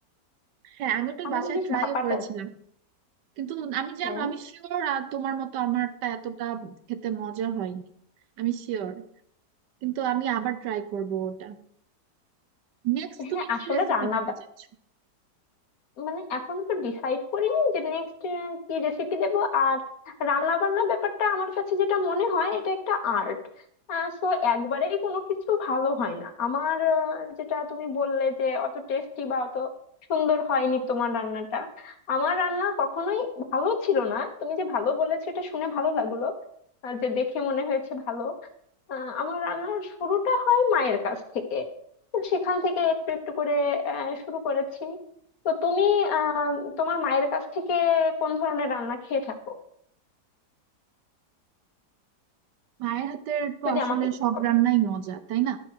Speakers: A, on the right; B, on the left.
A: হ্যাঁ আমি ওটা
B: আমি
A: বাসায়
B: ইলিশ
A: ট্রাইও
B: ভাপাটা
A: করেছিলাম
B: দিই
A: কিন্তু আমি জানো
B: হ্যাঁ
A: আমি শিওর তোমার মতো আমারটা এতটা খেতে মজা হয়নি আমি শিওর কিন্তু আমি আবার ট্রাই করব ওটা নেক্সট
B: হ্যাঁ
A: তুমি কি
B: আসলে
A: রেসিপি
B: রান্না
A: দিতে চাচ্ছ
B: মানে এখনো তো ডিসাইড করিনি যে নেক্সট কি রেসিপি দেব আর রান্না বান্না ব্যাপারটা আমার কাছে যেটা মনে হয় এটা একটা আর্ট সো একবারেই কোনো কিছু ভালো হয় না আমার আহ, যেটা তুমি বললে যে অত টেস্টি বা অত সুন্দর হয়নি তোমার রান্নাটা আমার রান্না কখনোই ভালো ছিল না তুমি যে ভালো বলেছো এটা শুনে ভালো লাগলো আহ, যে দেখে মনে হয়েছে ভালো আহ, আমার রান্নার শুরুটা হয় মায়ের কাছ থেকে তো সেখান থেকে একটু একটু করে আহ, শুরু করেছি তো তুমি আহ তোমার মায়ের কাছ থেকে কোন ধরনের রান্না খেয়ে থাকো
A: মায়ের হাতের তো
B: যদি
A: আসলে
B: আমাকে একটু
A: সব
B: বলো।
A: রান্নাই মজা তাই না